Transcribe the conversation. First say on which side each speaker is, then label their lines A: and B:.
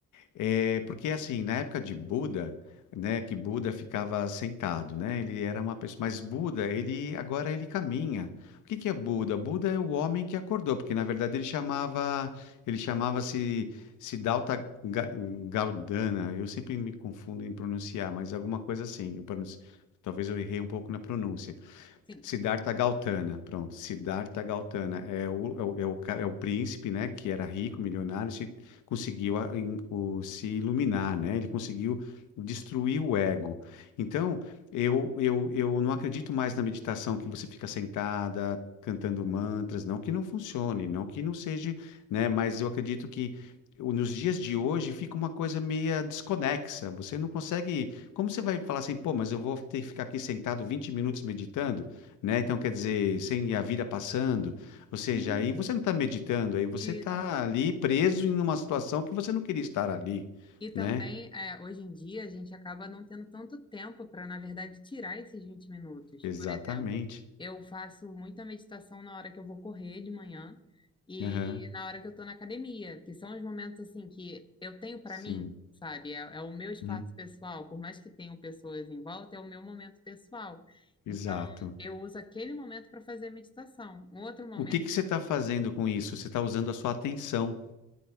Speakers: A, on the left; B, on the left.
A: É, porque assim, na época de Buda, né, que Buda ficava sentado, né? Ele era uma pessoa, mas Buda, ele agora ele caminha. O que que é Buda? Buda é o homem que acordou, porque na verdade ele chamava, ele chamava-se Siddhartha Ga- Gaudana. Eu sempre me confundo em pronunciar, mas alguma coisa assim. Eu pronuncio- talvez eu errei um pouco na pronúncia.
B: Sim,
A: Siddhartha Gautama, pronto. Siddhartha Gautama é o, é o, é o, ca- é o príncipe, né, que era rico, milionário, se conseguiu a- em- o- se iluminar, né? Ele conseguiu destruir o ego. Então, eu, eu, eu não acredito mais na meditação que você fica sentada cantando mantras, não que não funcione, não que não seja, né, mas eu acredito que o- Nos dias de hoje fica uma coisa meia desconexa. Você não consegue. Como você vai falar assim, pô, mas eu vou ter que ficar aqui sentado 20 minutos meditando? né? Então, quer dizer, sem a vida passando, ou seja,
B: sim.
A: aí você não está meditando, aí você
B: E
A: está ali preso em uma situação que você não queria estar ali,
B: E também,
A: né?
B: é, hoje em dia, a gente acaba não tendo tanto tempo para, na verdade, tirar esses vinte minutos.
A: Exatamente.
B: Por exemplo, eu faço muita meditação na hora que eu vou correr de manhã e
A: Aham,
B: na hora que eu estou na academia, que são os momentos assim que eu tenho para
A: Sim.
B: mim, sabe? É, é o meu espaço
A: Uhum,
B: pessoal, por mais que tenham pessoas em volta, é o meu momento pessoal. Então,
A: Exato.
B: eu uso aquele momento para fazer a meditação. Um outro momento
A: O que que você está fazendo com isso? Você está usando a sua atenção,